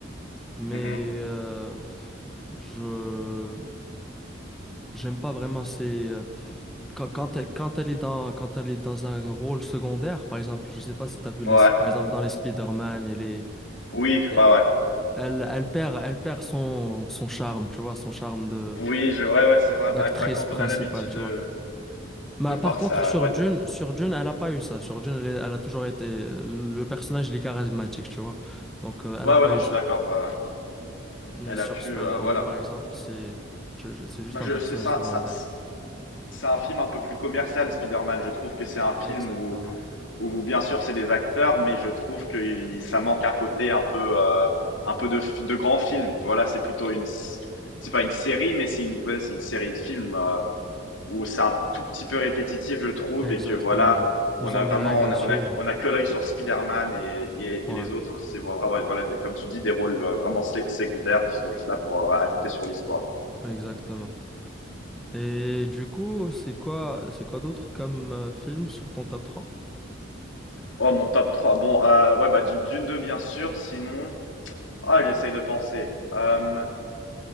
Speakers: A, in the centre; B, on the left.
A: mais
B: Mhm.
A: euh, je j'aime pas vraiment ses euh, quand quand elle, quand elle est dans quand elle est dans un rôle secondaire, par exemple, je sais pas si tu as vu
B: Ouais,
A: les par exemple dans les Spider-Man, elle est
B: oui,
A: elle,
B: ouais, ouais.
A: elle, elle perd elle perd son son charme, tu vois, son charme de
B: Oui, je, ouais, ouais, c'est vrai. Bah,
A: d'actrice
B: bah, quand
A: principale,
B: on a l'habitude
A: tu
B: de,
A: vois.
B: de
A: Bah,
B: voir
A: par contre,
B: ça,
A: sur
B: ouais,
A: June,
B: de-
A: sur June, elle a pas eu ça. Sur June, elle, est- elle a toujours été. Le personnage, il est charismatique, tu vois. Donc, euh, elle
B: ouais,
A: a pas
B: ouais, non,
A: eu
B: je
A: ça.
B: suis d'accord. ouais, ouais.
A: Mais
B: Elle
A: sur
B: a pu,
A: Spider-Man,
B: euh, voilà.
A: par exemple, c'est je- je- c'est juste
B: Bah,
A: un
B: je,
A: personnage
B: c'est ça,
A: secondaire.
B: ça, c'est un film un peu plus commercial, Spider-Man. Je trouve que c'est un film
A: Exactement.
B: où, où bien sûr, c'est des acteurs, mais je trouve que il- ça manque un côté un peu, euh, un peu de, fi- de grand film. Voilà, c'est plutôt une, s- c'est pas une série, mais c'est une, ouais, c'est une série de films euh, où c'est un tout petit peu répétitif, je trouve,
A: Exactement.
B: et que voilà, on
A: Ils
B: a
A: ont
B: vraiment,
A: des règles
B: on
A: à
B: a,
A: suivre.
B: on a, on a que l'œil sur Spider-Man et, et,
A: Ouais,
B: et les autres, c'est vraiment, voilà, des- comme tu dis, des rôles euh, vraiment sé- secondaires qui sont juste là pour euh, ajouter sur l'histoire.
A: exactement. Et du coup, c'est quoi, c'est quoi d'autre comme euh, film sur ton top trois
B: Oh, mon top 3. Bon, euh, ouais, bah, du- Dune 2, bien sûr. Sinon, Ah, j'essaye de penser. Euh,